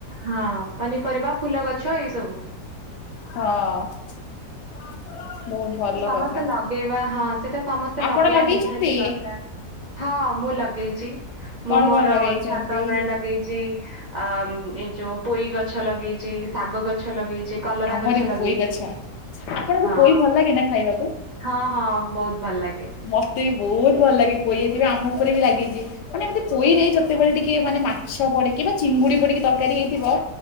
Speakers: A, on the right (about 55°); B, on the left (about 85°).
A: ହଁ, ପନିପରିବା ଫୁଲ ଗଛ ଏଇ ସବୁ।
B: ହଁ। ବହୁତ ଭଲ
A: ତ ସମସ୍ତେ
B: କଥା।
A: ଲଗେଇବା ହଁ ସେଟା ସମସ୍ତେ
B: ଆପଣ
A: ଲଗେଇବା
B: ଲଗେଇଛନ୍ତି
A: ନିହାତି ଦରକାର। ହଁ ମୁଁ ଲଗେଇଚି।
B: କଣ
A: ମୁଁ ମୋର
B: କଣ ଲଗେଇଛନ୍ତି?
A: ଛାତ ଉପରେ ଲଗେଇଚି ଆ ଏଇ ଯୋଉ ପୋଇ ଗଛ ଲଗେଇଚି ଶାଗ ଗଛ ଲଗେଇଚି। କଲରା
B: ଆମର
A: ଗଛ
B: ବି
A: ଲଗେଇଚି
B: ପୋଇ ଗଛ। ଆପଣଙ୍କୁ
A: ହଁ।
B: <unintelligible> ଖାଇବାକୁ
A: ହଁ ହଁ ବହୁତ୍ ଭଲ ଲାଗେ।
B: ମତେ ବି ବହୁତ ଭଲ ଲାଗେ ପୋଇ। ହେଇଥିବ ଆମ ଉପରେ ବି ଲାଗିଚି। ମାନେ ମତେ ପୋଇରେ ଯେତେବେଳେ ଟିକେ ମାନେ ମାଛ ପଡିକି ବା ଚିଙ୍ଗୁଡି ପଡିକି ତରକାରୀ ହେଇ ଥିବ,